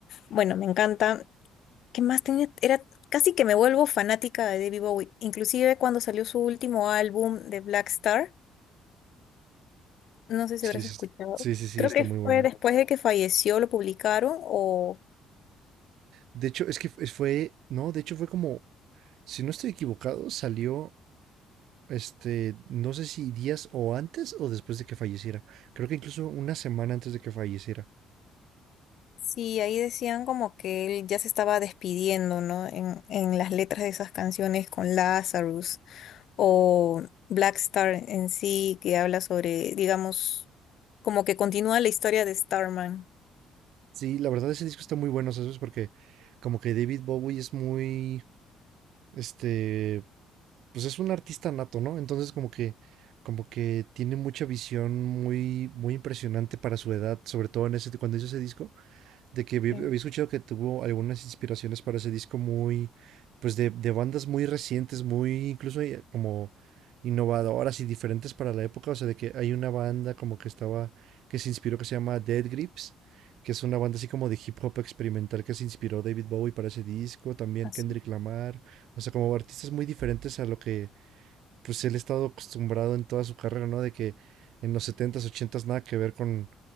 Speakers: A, on the left (about 65°); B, on the right (about 75°).
A: Bueno, me encanta. ¿Qué más tenía? Era casi que me vuelvo fanática de David Bowie. Inclusive cuando salió su último álbum de Black Star. No sé si
B: Sí,
A: habrás
B: es-
A: escuchado.
B: sí, sí, sí,
A: Creo
B: está
A: que
B: muy bueno.
A: fue después de que falleció, lo publicaron o
B: De hecho, es que f- fue, no, de hecho fue como, si no estoy equivocado, salió, este, no sé si días o antes o después de que falleciera. Creo que incluso una semana antes de que falleciera.
A: Sí, ahí decían como que él ya se estaba despidiendo, ¿no? En, en las letras de esas canciones con Lazarus o Black Star en sí, que habla sobre, digamos, como que continúa la historia de Starman.
B: Sí, la verdad ese disco está muy bueno, ¿sabes? Porque como que David Bowie es muy, este, pues es un artista nato, ¿no? Entonces como que, como que tiene mucha visión muy, muy impresionante para su edad, sobre todo en ese, cuando hizo ese disco. de que había
A: Sí,
B: había escuchado que tuvo algunas inspiraciones para ese disco muy, pues de, de bandas muy recientes, muy incluso eh, como innovadoras y diferentes para la época, o sea, de que hay una banda como que estaba, que se inspiró, que se llama Dead Grips, que es una banda así como de hip hop experimental que se inspiró David Bowie para ese disco, también
A: así.
B: Kendrick Lamar, o sea, como artistas muy diferentes a lo que pues él ha estado acostumbrado en toda su carrera, ¿no? De que en los setentas ochentas nada que ver con